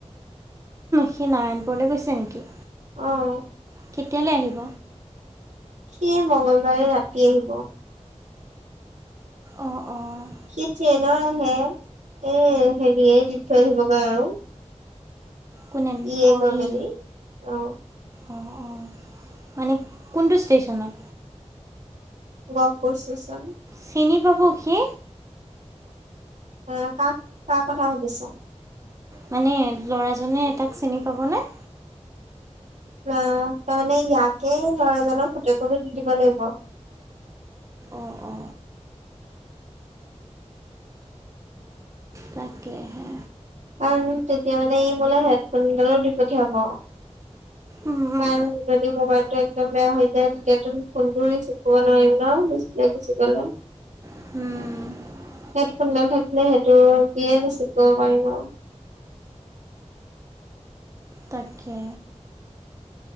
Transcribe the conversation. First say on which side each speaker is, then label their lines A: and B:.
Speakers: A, on the right; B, on the right.
A: সি নাৰায়ণপুৰলৈ গৈছে নেকি?
B: অঁ।
A: কেতিয়ালৈ আহিব?
B: সি মঙগলবাৰে ৰাতি আহিব।
A: অঁ, অঁ।
B: সি ট্ৰেইনত আহে, এ হেৰিয়ে দি থৈ আহিবগৈ আৰু।
A: কোনে,
B: ইয়ে
A: অ
B: গৈ মেলি
A: ই।
B: অ
A: অঁ, অঁ, মানে কোনটো ষ্টেচনত?
B: গহপুৰ ষ্টেচন।
A: চিনি পাব সি?
B: আহ, কাক কাৰ কথা সুধিছা?
A: মানে ল'ৰাজনে তাক চিনি পাবনে?
B: অ', তাৰ মানে ইয়াতেই মানে‌ ল'ৰাজনৰ ফটো একপি তুলিব লাগিব।
A: অ, অ। তাকেহে।
B: কাৰণ তেতিয়া মানে, এই মোলৈ হেডফোন ডালো দি পঠিয়াব। কাৰণ
A: উম,
B: যদি মোবাইলটো এক দম বেয়া হৈ যায়। তেতিয়াতো তুমি ফোনটো ৰিচিপ কৰিব নোৱাৰিম ন, ডিচপ্লে গুচি গ'লে। <unintelligible>
A: উম।
B: হেড ফোন ডাল থাকিলে সেইটো কিয়ে ৰিচিপ কৰিব পাৰিব।
A: তাকে।